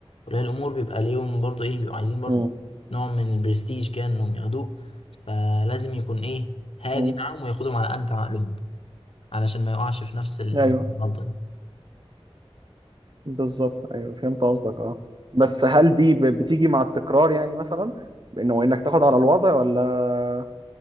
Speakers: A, on the left; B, on the right.
A: أولياء الأمور بيبقى ليهم برضو إيه بيبقوا عايزين برضو
B: مم.
A: نوع من البرستيج كده إنهم ياخدوه فلازم يكون إيه هادي
B: مم.
A: معاهم وياخدهم على قد عقلهم علشان ما يقعش في نفس
B: أيوه
A: الغلطة دي
B: بالظبط أيوه فهمت قصدك أه بس هل دي ب... بتيجي مع التكرار يعني مثلا بأنه إنك تاخد على الوضع ولا